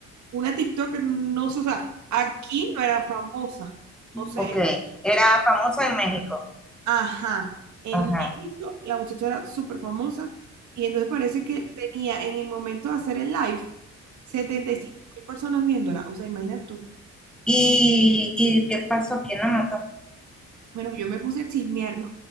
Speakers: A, on the right (about 70°); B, in the centre.
A: una TikTok no, sé, o sea, aquí no era famosa. No sé.
B: Ok, era famosa en México.
A: Ajá, en
B: Ajá.
A: México la muchacha era súper famosa y entonces parece que tenía en el momento de hacer el live setenta y cinco mil personas viéndola, o sea, imagínate tú.
B: ¿Y, y qué pasó? ¿Quién la mató?
A: Bueno, yo me puse a chismear, ¿no?